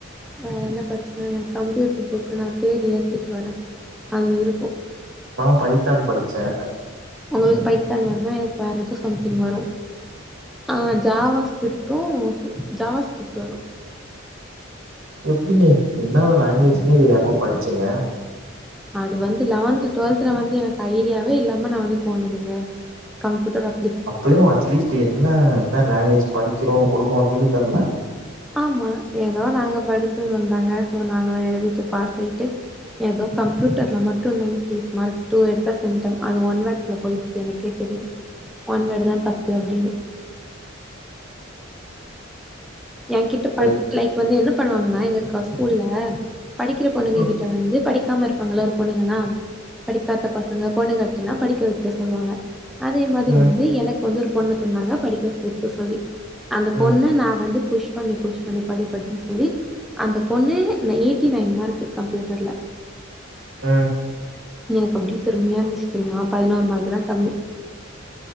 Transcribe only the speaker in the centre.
வேற என்ன படிச்சீங்க எ கம்ப்யூட்டரு புக்க நா தேடி எடுத்துட்டு வரே அதில இருக்கு
உங்களுக்கு பைத்தான் வருமா எனக்கு வேற எதோ சம்திங் வரு ஆ ஜாவா ஸ்கிரிப்ட் ட்டு ஜாவா ஸ்கிரிப்ட் வரு
அது வந்து லெவன்த் டுவெல்த்ல வந்து எனக்கு ஐடியாவே இல்லாம நா வந்து போனதுங்க கம்ப்யூட்டர் அப்
ஆமா ஏதோ நாங்க படிச்சோன்னு வந்தாங்க ஸோ நாங்களு எழுதிட்டு பாஸ் ஆய்ட்டு ஏதோ கம்ப்யூட்டர்ல மட்டு நைன்டி எயிட் மார்க் டூ எடுத்தா சென்டம் அது ஒன் வேர்ட்ஸ்ல போயிச்சு எனக்கே தெரியு ஒன்வேர்டு தா தப்பு அப்டின்னு எ கிட்ட ப
லைக் வந்து என்ன பண்ணுவாங்கன்னா எங்க ஸ்கூல்ல படிக்கிற பொண்ணுங்க
கிட்ட வந்து படிக்காம இருப்பாங்கள ஒரு பொண்ணுங்கல்லா படிக்காத பசங்க பொண்ணுங்க னா படிக்க வைக்க சொல்லுவாங்க அதே மாரி
வந்து எனக்கு வந்து ஒரு பொண்ண தந்தாங்க படிக்க வைக்க சொல்லி அந்த
பொண்ணு நா வந்து புஷ் பண்ணி புஷ் பண்ணி படி படின்னு சொல்லி அந்த பொண்ணு ந எயிட்டி நைன் மார்க்கு கம்ப்யூட்டர்ல
எனக்கு அப்டியே பெருமையா இருந்துச்சி தெரியுமா பதினோரு மார்க்குதா கம்மி